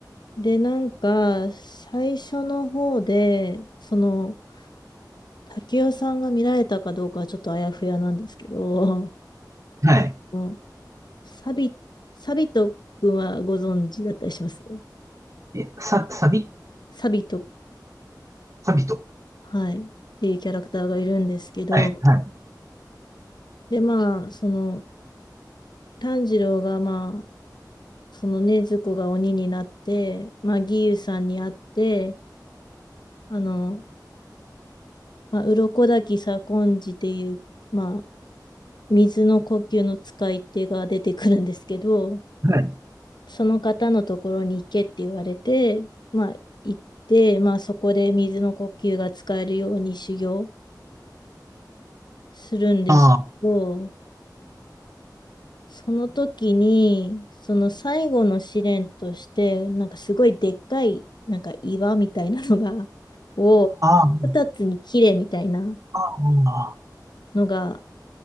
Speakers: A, on the left (about 75°); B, on the right (about 45°).
A: で、なんか、最初の方で、その、竹雄さんが見られたかどうかはちょっとあやふやなんですけど、
B: う。はい。
A: もうサビ、サビト君はご存知だったりします
B: え、さ、サビ
A: サビト
B: サビと。
A: はい、っていうキャラクターがいるんですけど、
B: はい、はい、
A: で、まあ、その、炭治郎が、まあ、そのね、禰豆子が鬼になって、まあ、義勇さんに会って、あの、まあ、鱗滝左近次っていう、まあ、水の呼吸の使い手が出てくるんですけど、
B: はい。
A: その方のところに行けって言われて、まあ、行って、まあ、そこで水の呼吸が使えるように修行するんですけど、
B: ああ
A: その時に、その最後の試練として、なんかすごいでっかい、なんか岩みたいなのが、<laughs> を
B: あああ
A: 二つに切れみたいな
B: あ
A: のが、